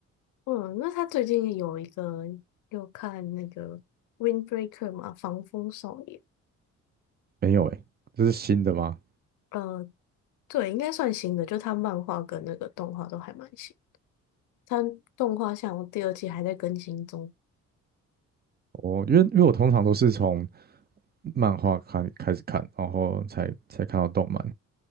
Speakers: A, on the left; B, on the right.
A: 嗯，那他最近有一个有看那个《Windbreaker》嘛，《防风少年》。
B: 没有诶，这是新的吗？
A: 呃，对，应该算新的，就他漫画跟那个动画都还蛮新。他动画像第二季还在更新中，
B: 我因为因为我通常都是从漫画看开始看，然后才才看到动漫。